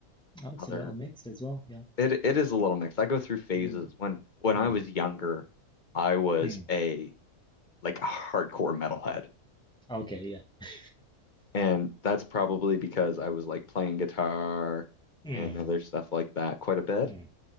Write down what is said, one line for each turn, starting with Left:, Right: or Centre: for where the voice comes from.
Centre: Oh, it's
Left: other
Centre: a little mixed as well. Yeah.
Left: It it is a little mixed. I go through phases.
Centre: Mm,
Left: When when
Centre: mm,
Left: I was younger, I was
Centre: mm.
Left: a like a hardcore metalhead.
Centre: Okay, yeah.
Left: And that's probably because I was like playing guitar
Centre: Mm,
Left: and other stuff like that quite a bit.
Centre: mm.